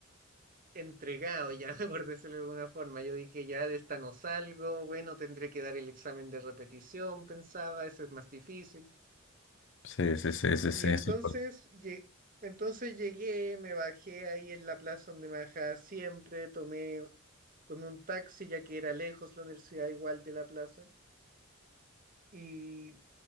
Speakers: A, on the right (about 40°); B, on the left (about 60°).
A: entregado ya, <laughs> por decirlo de alguna forma. Yo dije, ya de esta no salgo, bueno, tendré que dar el examen de repetición, pensaba, ese es más difícil.
B: Sí, sí, sí, sí, sí,
A: Y entonces,
B: sí.
A: lle- entonces llegué, me bajé ahí en la plaza donde me bajaba siempre, tomé, tomé un taxi ya que era lejos la universidad igual de la plaza. Y